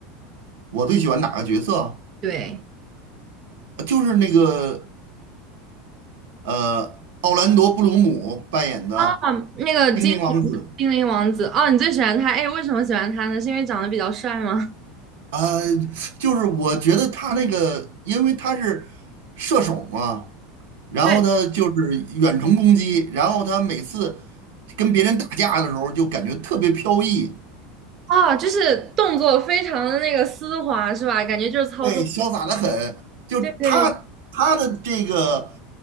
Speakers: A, on the right; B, on the right.
A: 我最喜欢哪个角色？
B: 对
A: 呃就是那个呃，奥兰多·布鲁姆扮演的
B: 啊，那个精灵精灵王子哦，
A: 精灵王子。
B: 你最喜欢他？哎，为什么喜欢他呢？是因为长得比较帅吗？<laughs>
A: 呃，就是我觉得他那个，因为他是射手嘛，然后呢就是远程攻击，
B: 对
A: 然后他每次跟别人打架的时候就感觉特别飘逸，
B: 哦，就是动作非常的那个丝滑，是吧？感觉就是操作，
A: 对，潇洒的很。就他他的这个
B: 对对